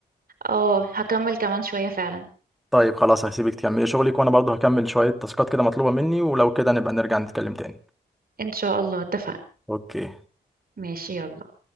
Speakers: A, on the right (about 50°); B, in the centre.
A: اه هكمل كمان شوية فعلا
B: طيب خلاص هسيبك تكملي شغلك وانا برضه هكمل شوية تاسكات كده مطلوبة مني ولو كده نبقى نرجع نتكلم تاني
A: ان شاء الله اتفقنا
B: اوكي
A: ماشي يلا